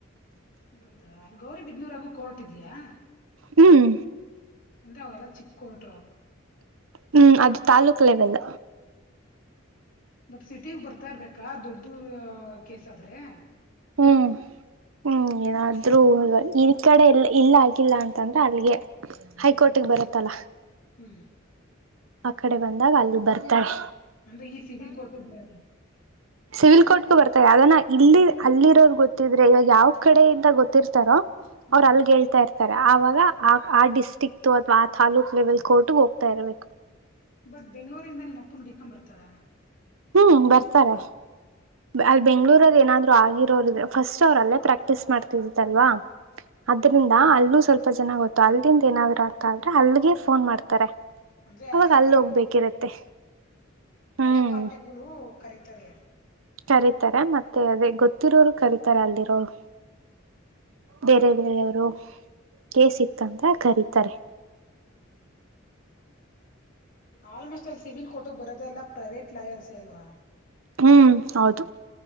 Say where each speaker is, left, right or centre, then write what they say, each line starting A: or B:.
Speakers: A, on the left; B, on the right.
A: ಹೌದಾ ಅಲ್ಲಿ ಗೌರಿ ಬಿದ್ನೂರಾಗು ಕೋರ್ಟ್ ಇದಿಯಾ.
B: ಹ್ಮ್.
A: <unintelligible> ಚಿಕ್ <unintelligible>
B: ಹ್ಮ್ ಅದು ತಾಲೂಕ್ ಲೆವೆಲ್.
A: ಬಟ್ ಸಿಟಿಗ್ ಬರ್ತಾ ಇರ್ಬೇಕಾ ದೊಡ್ ಕೇಸ್ ಆದ್ರೆ.
B: ಹ್ಮ್. ಹ್ಮ್ ಆದ್ರೂ ಈ ಕಡೆ ಇಲ್ ಆಗಿಲ್ಲ ಅಂತಂದ್ರೆ ಅಲ್ಲಿಗೆ ಹೈಕೋರ್ಟ್ಗೆ ಬರ ತ್ತಲ.
A: ಹ್ಮ್.
B: ಆ ಕಡೆ ಬಂದಾಗ ಅಲ್ಲಿ ಬರ್ತಾಳೆ.
A: ಅಂದ್ರೆ ಈ ಸಿವಿಲ್ ಕೋರ್ಟ್ ಗೆ ಬರಲ್ಲ.
B: ಸಿವಿಲ್ ಕೋರ್ಟ್ಗೂ ಬರ್ತಾರೆ ಅದಾನ ಇಲ್ಲಿ ಅಲ್ಲಿರೋರ್ ಗೊತ್ತಿದ್ರೆ ಇವಾಗ ಯಾವ್ ಕಡೆಯಿಂದ ಗೊತ್ತಿರ್ತಾರೋ
A: ಹ್ಮ್
B: ಅವರು ಅಲ್ಗೆ ಹೇಳ್ತಾ ಇರ್ತಾರೆ ಆವಾಗ ಆ ಆ ಡಿಸ್ಟ್ರಿಕ್ ದು ಅಥ್ವಾ ಆ ತಾಲೂಕ್ ಲೆವೆಲ್ ಕೋರ್ಟ್ ಗ್ ಹೋಗ್ತಾ ಇರ್ಬೇಕು.
A: ಬಟ್ ಬೆಂಗ್ಗಳೂರಿಂದ ನಿಮ್ಮ ಅಪ್ಪನ್ ಹೂಡಿಕೊಂಡ್ ಬರ್ತಾರ.
B: ಹ್ಮ್ ಬರ್ತಾರೆ. ಅಲ್ ಬೆಂಗ್ಳೂರಲ್ಲಿ ಏನಾದ್ರು ಆಗಿರೋರು ಇದ್ರೆ ಫಸ್ಟ್ ಅವರು ಅಲ್ಲೇ ಪ್ರಾಕ್ಟೀಸ್ ಮಾಡ್ತಿದತ್ತಲ್ವಾ. ಅದ್ರಿಂದ ಅಲ್ಲೂ ಸ್ವಲ್ಪ ಜನ ಗೊತ್ತು ಅಲ್ದಿಂದ ಏನಾದ್ರು ಅಂತ ಆದ್ರೆ ಅಲ್ಗೆ ಫೋನ್ ಮಾಡ್ತಾರೆ.
A: ಅಂದ್ರೆ
B: ಅವಾಗ
A: ಹಳೆಕ್ಕೆ
B: ಅಲ್ಲಿ ಹೋಗ್ಬೇಕಿರತ್ತೆ.
A: ಹಳೆ
B: ಹ್ಮ್
A: ಪಾರ್ಟಿಗಳು ಕರೀತಾರೆ.
B: ಕರೀತಾರೆ ಮತ್ತೆ ಅದೇ ಗೊತ್ತಿರೋರು ಕರೀತಾರೆ ಅಲ್ಲಿರೋರು.
A: ಹ್ಮ್.
B: ಬೇರೆ ಬೇರೆಯವರು ಕೇಸ್ ಇತ್ತಂತ ಕರೀತಾರೆ.
A: ಹ್ಮ್. ಆಲ್ಮೋಸ್ಟ್ ಅಲ್ ಸಿವಿಲ್ ಕೋರ್ಟಗ್ ಬರೋದೆಲ್ಲ ಪ್ರೈವೇಟ್ ಲಾಯರ್ಸೆ ಅಲ್ವಾ.
B: ಹ್ಮ್ ಹೌದು.